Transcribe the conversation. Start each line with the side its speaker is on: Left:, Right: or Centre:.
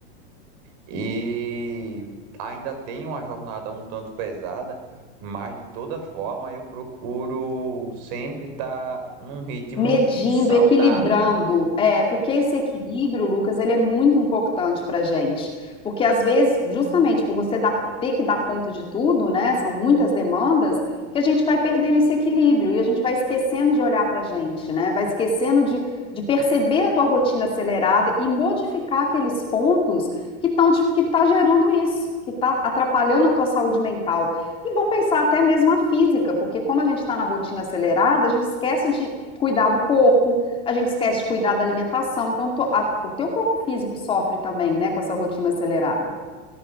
Right: e ainda tenho uma jornada um tanto pesada, mas de toda forma eu procuro sempre estar num ritmo
Left: medindo,
Right: saudável,
Left: equilibrando, é, porque esse equilíbrio, Lucas, ele é muito importante para gente, porque às vezes, justamente por você dar- ter que dar conta de tudo, né, são muitas demandas, que a gente vai perdendo esse equilíbrio e a gente vai esquecendo de olhar para a gente, né, vai esquecendo de, de perceber a tua rotina acelerada e modificar aqueles pontos que estão que tá gerando isso, que está atrapalhando a tua saúde mental. E vão pensar até mesmo a física, porque como a gente está na rotina acelerada, a gente esquece de cuidar do corpo, a gente esquece de cuidar da alimentação. Então, to- a- o teu corpo físico sofre também, né, com essa rotina acelerada,